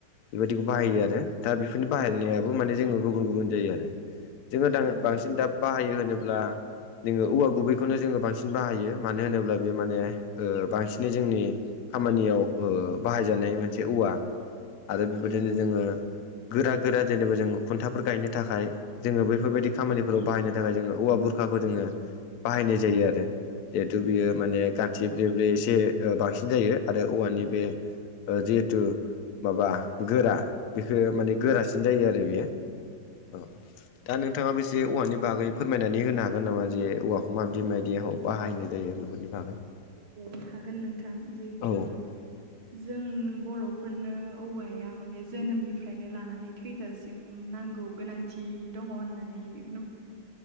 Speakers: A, on the left; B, on the right.
A: बेबायदिखौ बाहायो आरो दा बेफोरनि बाहायनायाबो माने जोंङो गुबुन गुबुन जायो आरो। जोंङो दा
B: औ
A: बांसिन
B: औ
A: दा बाहायो होनोब्ला जोंङो औवा गुबैखौनो जोंङो बांसिन बाहायो मानो होनोब्ला बे माने ओ बांसिनै जोंनि खामानियाव ओ बाहायजानाय मोनसे औवा आरो बेबायदिनो
B: नंगौ
A: जोंङो गोरा गोरा जेनेबा जों खुन्थाफोर गायनो थाखाय जोंङो बैफोरबायदि खामानिफोराव बाहायनो थाखाय जोंङो औवा बुरखाखौ जोंङो बाहायनाय जायो आरो जिहेथु
B: औ
A: बियो माने गान्थि ब्रे ब्रे एसे ओ बांसिन जायो आरो औवानि बे ओ जिहेथु माबा गोरा बेखौ माने गोरासिन जायो आरो बेयो। औ दा नोंथाङा बेसे औवानि बागै फोरमायनानै होनो हागोन नामा जे औवाखौ माबायदि माबायदिआव बाहायनाय जायो बेफोरनि बागै?
B: औ हागोन नोंथां जिहेथु
A: औ
B: जों बर'फोरनो औवाया माने जोनोमनिफ्रायनो लानानै थैजासिम नांगौ गोनांथि दङ होननानै बे